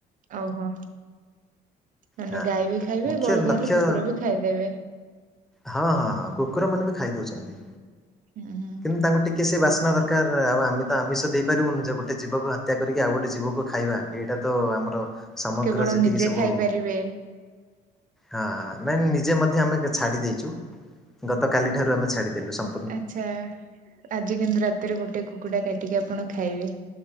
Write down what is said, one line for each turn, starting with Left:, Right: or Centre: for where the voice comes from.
Right: ଓହୋ ମାନେ
Centre: ହଁ।
Right: ଗାଈ ବି ଖାଇବେ
Centre: ମୁଖ୍ୟ
Right: ବଳକା
Centre: ଲକ୍ଷ୍ୟ
Right: ହେଲେ କୁକୁର ବି ଖାଇଦେବେ।
Centre: ହଁ ହଁ ହଁ କୁକୁର ମାନେ ବି ଖାଇଦଉଛନ୍ତି
Right: ହୁଁ ହୁଁ
Centre: କିନ୍ତୁ ତାଙ୍କୁ ଟିକେ ସେ ବାସ୍ନା ଦର ଦରକାର ଆଉ ଆମେ ତ ଆମିଷ ଦେଇପାରିବୁନୁ ଯେ ଗୋଟେ ଜୀବକୁ ହତ୍ୟା କରିକି ଆଉ ଗୋଟେ ଜୀବକୁ ଖାଇବା ଏଇଟା ତ ଆମର ସମଗ୍ର
Right: କେବଳ
Centre: ଯେତିକି
Right: ନିଜେ
Centre: ସବୁ
Right: ଖାଇପାରିବେ।
Centre: ହଁ ହଁ ନାଇଁ ନିଜେ ମଧ୍ୟ ଆମେ ଛାଡି ଦେଇଛୁ। ଗତକାଲିଠାରୁ ଆମେ ଛାଡ଼ିଦେଲୁ ସ
Right: ଆଚ୍ଛା ଆଜି କିନ୍ତୁ ରାତିରେ ଗୋଟେ କୁକୁଡା କାଟିକି ଆପଣ ଖାଇବେ।